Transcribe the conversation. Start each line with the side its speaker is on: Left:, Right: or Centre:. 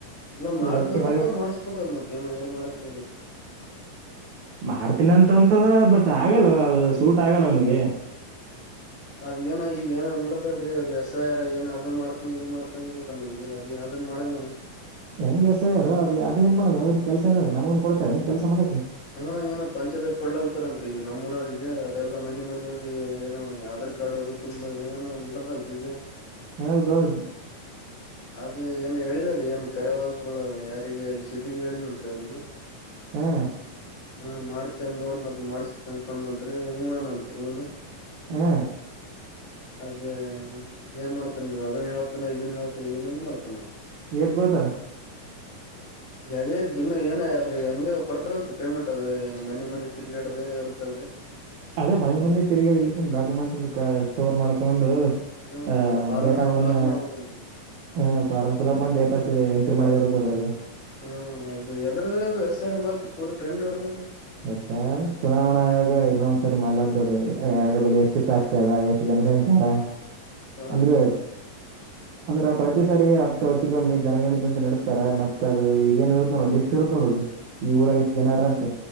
Left: ಇಲ್ಲ ಮಾಡ್ತ್
Right: ಈಗ ಹೆಚ್ಚಿ
Left: ನಂದಪ್ಪ
Right: ಮಳೆ
Left: ಮಾಡ್ಸ್ಬೇಕದ್ ಮತ್ತ ಏನ್ ಮಾಡಕ್ ಹೇಳ
Right: ಮಾಡ್ತೀನಿ ಅಂತಂತದ ಬಟ್ ಆಗಲ್ಲ ಸೂಟ್ ಆಗಲ್ಲ ಅವನಿಗೆ
Left: ಅದ ಏನ ಈಗ ಏನ ನಡ್ದಲ್ರರಿ ಅದು ಎಸ್ ಐ ಆರ್ ಏ ಅದ್ ಮಾಡ್ತನ ಇದು ಮಾಡ್ತನ ಅನ್ ಕೂತಾನ ಈಗ ಅ ಅನ್ ಮಡಂಗಣ
Right: ಹೆಂಗಗೆ ಎಸ ಯಾರರು ಅದು ಅದೇಏನ್ ಮಾಡ್ ಅ್ರ ಕೆಲಸ ಏನ ಅದ ನಮಗನ್ ಕೊಡ್ತಾರೆ ಏನ್ ಕೆಲ್ಸ ಮಾಡಕಿ
Left: ಹಾ ಏನ ಪಂಚದಾಗ ಕೊಡ್ಲಾಗತ್ತಾರಂತ್ರಿ ಈಗ ನಮ್ಮೂಊರವರಿಗೆ ಅದೆಲ್ಲಾ ಮನೆ ಮನೆ ಹೋಗಿ ಏನ ಯ ಕಾಡೋದು ತುಂಬಾ ಏನ ನಡದಲ್ರರಿ ಈಗ
Right: ಹೌದೌದು
Left: ಅದೇ ಏನು ಹೇಳಿದಾರ ಏನ್ ಕರೆವಾದ ಸುಳ್ಳದ ಯಾರಿಗೆ ಅಲ್ಲಿ ಸಿದ್ಲಿಂಗ್ ಹೇಳಿದ್ಂತ್ರಿ ಅವನಿಗೆ
Right: ಹ್ಮ್
Left: ಹಾ ಮಾಡ್ತೇನ್ ನೋಡ್ ಮತ್ತ್ ಮಾಡ್ಸ್ ಅಂತನ್ಂದ ಹೂನ್ತ್ರಿ ಹೂನ
Right: ಹ್ಮ
Left: ಅದೇ ಏನ್ ಮಾಡ್ತನ್ ಅದನ್ ಹೇಳ್ತಾನ ಇದನ್ ಹೇಳ್ತಾನ ಏನೇನ್ ಮಾಡ್ತನ
Right: ಎರ್ ಕೋತಾರ
Left: ಅದೇ ದಿನ ಏನ ಅದ್ರಿ ಹೆಂಗ ಕೊಡ್ತಾರನ್ರಿ ಪೇಮೆಂಟ್ ಅದ್ ಮನಿ ಮನಿ ತಿರ್ಗಾಡದ ಇರುತ್ತಲ್ರರಿ
Right: ಅದೇ ಮನೆ ಮನೆ ತಿರುಗಿಗ ಡಾಕ್ಯುಮೆಂಟ್ಸ್ ಸ್ಟೋರ್ ಮಾಡ್ಕೊಂಡು
Left: ಹ್ಮ್
Right: ಆಹ
Left: ಅದ್ ಫಾರಂ
Right: ಡೇಟಾವನ್ನ
Left: ಏನ್ ಫಿಲ್ಅಪ್ ಮಾಡ್ಬೇಕಂತಲ್ಲ
Right: ಹ ಫಾರ್ಮ್ ಫಿಲ್ಅಪ್ ಮಾಡಿ ಡೇಟಾಸ್ ಎಂ ಮಾಡದ ಇರತ್ತದು ಅದ್ರಾಗ
Left: ಹ್ಮ ಅದು ಎದರದ ಅದು ಎಸ್ ಮತ್ ಪೂರ್ ಟ್ರೆನ್ ನೋಡದಲ್ರಿ
Right: ಎ ಚುನಾವಣಾ ಆಯೋಗ ಇನ್ನೊಂದ್ಸರಿ ಮಾಡ್ಲ್ದದ ಎರ ಬಳ ಎಷ್ಟು ಜಾಸ್ತಿ ಅದ ಎಷ್ಟು ಜನಸಂಖ್ಯಾರ
Left: ಹಾ
Right: ಅಂದ್ರೆ ಅಂದ್ರ ಪ್ರತಿ ಸಾರಿ ಹತ್ತು ವರ್ಷಗೊಮ್ಮೆ ಜನಗಣಿತ ಅಂತ ನಡೆಸ್ತಾರೆ ಮತ್ತತ್ ಅದು ಏನ್ ಇರುತ್ತೋ ಲಿಸ್ಟ್ ಇರುತ್ತ ನೋಡುದು ಈ ಊರಾಗಷ್ಟು ಜನರ ಅಂತ